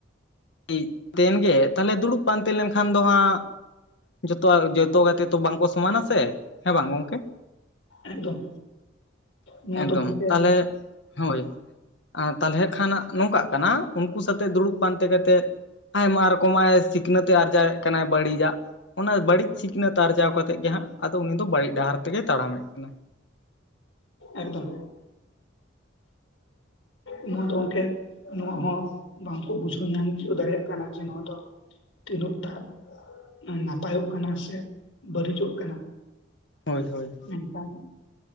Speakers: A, on the left (about 60°); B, on the left (about 80°).
A: ᱴᱤᱡ ᱛᱮᱱᱜᱮ ᱛᱟᱦᱞᱮ ᱫᱩᱲᱩᱵ ᱯᱟᱱᱛᱮ ᱞᱮᱱᱠᱷᱟᱱ ᱫᱚ ᱦᱟᱸᱜᱼᱼ ᱡᱚᱛᱚᱣᱟᱜ ᱡᱚᱛᱚ ᱜᱟᱛᱮ ᱫᱚ ᱵᱟᱝᱠᱚ ᱥᱚᱢᱟᱱᱟ ᱥᱮ ᱦᱮᱸ ᱵᱟᱝ ᱜᱚᱝᱠᱮ?
B: ᱮᱠᱫᱚᱢ ᱱᱚᱣᱟ
A: ᱮᱠᱫᱚᱢ
B: ᱫᱚ ᱜᱚᱝᱠᱮ
A: ᱛᱟᱦᱚᱞᱮ ᱦᱳᱭ ᱛᱟᱦᱚᱞᱮ ᱠᱷᱱᱟᱜ ᱱᱚᱝᱠᱟᱜ ᱠᱟᱱᱟ ᱩᱱᱠᱩ ᱥᱟᱛᱮᱜ ᱫᱩᱲᱩᱵ ᱯᱟᱱᱛᱮ ᱠᱟᱛᱮᱫ ᱟᱭᱢᱟ ᱨᱚᱠᱚᱢᱟᱜ ᱥᱤᱠᱷᱱᱟᱹᱛ ᱟᱨᱡᱟᱣᱮᱫ ᱠᱟᱱᱟᱭ ᱵᱟᱹᱲᱤᱡᱟᱜ ᱚᱱᱟ ᱵᱟᱹᱲᱤᱡ ᱥᱤᱠᱷᱱᱟᱹᱛ ᱟᱨᱡᱟᱣ ᱠᱟᱛᱮᱫ ᱜᱮ ᱦᱟᱸᱜ ᱟᱫᱚ ᱩᱱᱤ ᱫᱚ ᱵᱟᱹᱲᱤᱡ ᱰᱟᱦᱟᱨ ᱛᱮᱜᱮ ᱛᱟᱲᱟᱢᱮᱫ ᱠᱟᱱᱟ᱾
B: ᱮᱠᱫᱚᱢ᱾ ᱱᱚᱣᱟ ᱫᱚ ᱜᱚᱝᱠᱮ ᱱᱚᱣᱟ ᱦᱚᱸ ᱵᱟᱝᱠᱚ ᱵᱩᱡᱷᱟᱹᱣ ᱧᱟᱢᱪᱚ ᱫᱟᱲᱮᱭᱟᱜ ᱠᱟᱱᱟ ᱡᱮ ᱱᱚᱣᱟ ᱫᱚ ᱛᱤᱱᱟᱹᱜ ᱴᱟᱜ ᱱᱟᱯᱟᱭᱚᱜ ᱠᱟᱱᱟ ᱥᱮ ᱵᱟᱹᱲᱤᱡᱚᱜ ᱠᱟᱱᱟ
A: ᱦᱳᱭ ᱦᱳᱭ
B: ᱢᱮᱱᱠᱷᱟᱱ